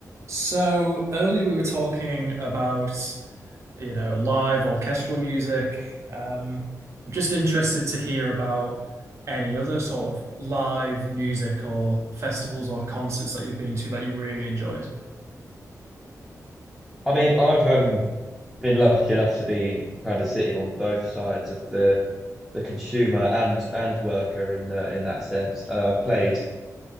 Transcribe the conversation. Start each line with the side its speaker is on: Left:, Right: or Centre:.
Right: So earlier we were talking about, you know, live orchestral music. Um, I'm just interested to hear about any other sort of live music or festivals or concerts that you've been to that you really enjoyed.
Centre: I mean, I've um, been lucky enough to be kind of sitting on both sides of the the consumer and and worker in uh, in that sense. Uh, I've played